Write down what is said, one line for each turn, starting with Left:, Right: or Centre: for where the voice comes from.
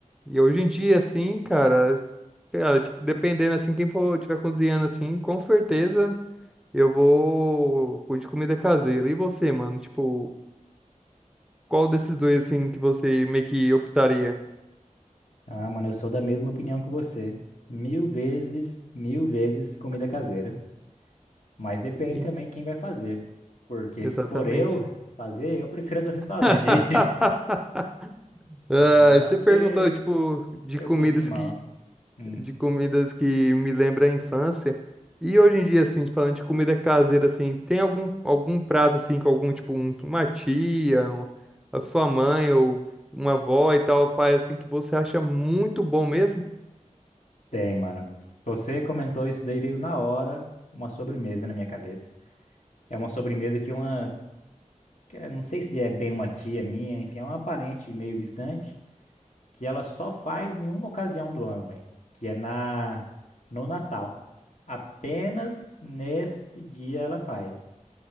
Centre: e hoje em dia, assim, cara, cara, tipo, dependendo, assim, quem for tiver cozinhando, assim, com certeza eu vou com de comida caseira. E você, mano? Tipo, qual desses dois, assim, que você meio que optaria?
Left: Ah, mano, eu sou da mesma opinião que você. Mil vezes, mil vezes comida caseira. Mas depende
Centre: Ih,
Left: também quem vai fazer. Porque
Centre: Exatamente.
Left: se for eu fazer, eu prefiro a do restaurante.
Centre: <laughs> Ah,
Left: <laughs> Não
Centre: você
Left: que,
Centre: perguntou, tipo, de
Left: que
Centre: comidas
Left: eu cozinhe mal.
Centre: que
Left: Hum,
Centre: de comidas que me lembra a infância. E hoje em dia, assim, falando de comida caseira, assim, tem algum, algum prato, assim, com algum, tipo, um- uma tia, um- a sua mãe ou uma avó e tal, faz, assim, que você acha muito bom mesmo?
Left: tem, mano. Você comentou isso daí, veio na hora uma sobremesa na minha cabeça. É uma sobremesa que uma. que eu não sei se é bem uma tia minha, enfim, é uma parente meio distante, que ela só faz em uma ocasião do ano, véi, que é na, no Natal. Apenas nesse dia ela faz.